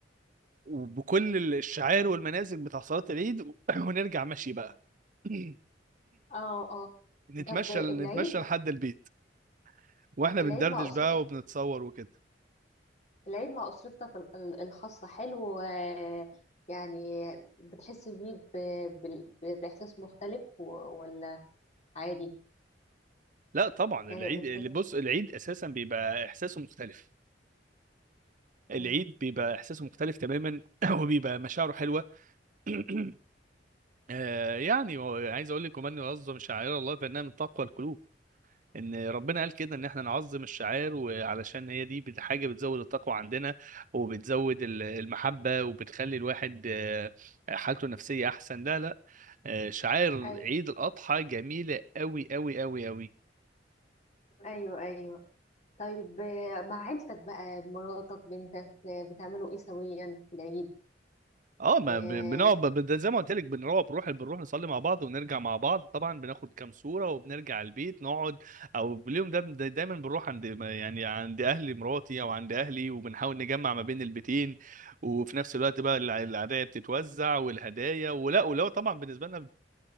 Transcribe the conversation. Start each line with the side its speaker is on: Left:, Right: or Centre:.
Right: وبكل الشعائر والمناسك بتاع صلاة العيد و- <clears throat> ونرجع مشي بقى <clears throat>
Left: اه اه
Right: نتمشى
Left: طب العيد
Right: نتمشى لحد البيت واحنا
Left: العيد
Right: بندردش
Left: مع اسرتك
Right: بقى وبنتصور وكده
Left: العيد مع اسرتك ال- ال- الخاصه حلو آه، يعني بتحس بيه ب- بال- ب- باحساس مختلف و- ولا عادي
Right: لا طبعا
Left: يعني
Right: العيد
Left: بتحس
Right: اللي بص العيد اساسا بيبقى احساسه مختلف العيد
Left: مم.
Right: بيبقى احساسه مختلف تماما <clears throat> وبيبقى مشاعره حلوه <clears throat> آه يعني هو- عايز اقول لك ومن يعظم شعائر الله فانها من تقوى القلوب ان ربنا قال كده ان احنا نعظم الشعائر وعلشان هي دي بت- حاجه بتزود التقوى عندنا وبتزود ال- المحبه وبتخلي الواحد آه، حالته النفسيه احسن لا لا آه، شعائر
Left: ايوه
Right: عيد الاضحى جميله قوي قوي قوي قوي
Left: ايوه ايوه طيب آه، مع عيلتك بقى مراتك بنتك آه، بتعملوا ايه سويا في العيد
Right: اه ما
Left: آه،
Right: بن- بنقعد ب- ب- زي ما قلت لك بنروح بنروح بنروح نصلي مع بعض ونرجع مع بعض طبعا بناخد كام صورة وبنرجع البيت نقعد او اليوم ده دا دايما بنروح عند يعني عند اهل مراتي او عند اهلي وبنحاول نجمع ما بين البيتين وفي نفس الوقت بقى الع- العادية بتتوزع والهدايا ولا ولو طبعا بالنسبة لنا